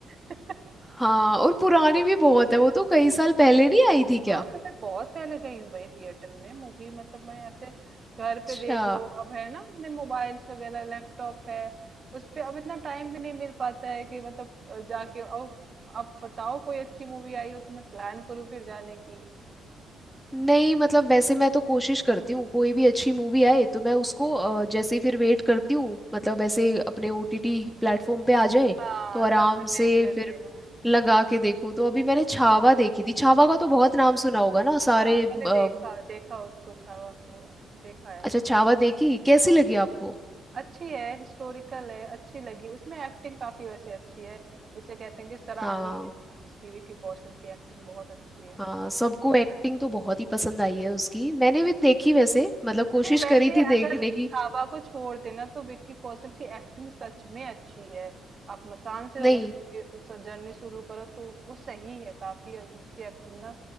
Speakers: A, on the right; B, in the centre.
A: <laughs>
B: हाँ और पुरानी
A: तो
B: भी बहुत है वो तो कई साल पहले नहीं आई थी
A: हाँ
B: क्या
A: तो मैं बहुत पहले गई हूँ भाई थिएटर में मूवी मतलब मैं ऐसे घर पे
B: अच्छा
A: देख लो अब है ना इतने मोबाइल्स वगैरह लैपटॉप है उस पे अब इतना टाइम भी नहीं मिल पाता है कि मतलब अ, जाके और आप बताओ कोई अच्छी मूवी आई हो तो मैं प्लान करूँ फिर जाने की
B: नहीं मतलब वैसे मैं तो कोशिश करती हूँ कोई भी अच्छी मूवी आए तो मैं उसको अ, जैसे ही फिर वेट करती हूँ मतलब ऐसे अपने ओटीटी प्लेटफॉर्म पे आ जाए
A: हाँ
B: तो आराम
A: तब मैं देख
B: से
A: लेती
B: फिर
A: हूँ
B: लगा के देखूँ तो अभी मैंने छावा देखी थी छावा का तो बहुत नाम सुना होगा ना
A: हाँ
B: सारे अ,
A: मैंने देखा देखा उसको छावा को देखा है
B: अच्छा छावा देखी
A: हाँ
B: कैसी लगी आपको
A: अच्छी है हिस्टोरिकल है अच्छी लगी उसमें एक्टिंग काफी वैसे अच्छी है जिसे कहते हैं कि सराहनीय
B: हाँ
A: है उसकी विकी कौशल की एक्टिंग बहुत अच्छी है
B: हाँ सबको एक्टिंग तो बहुत ही पसंद आई है उसकी मैंने भी देखी वैसे मतलब कोशिश
A: नहीं वैसे
B: करी थी
A: अगर
B: देखने की
A: छावा को छोड़ देना तो विक्की कौशल की एक्टिंग सच में अच्छी है आप मसान से
B: नहीं
A: अगर उसकी जर्नी शुरू करो तो वो सही है काफी और उसकी एक्टिंग ना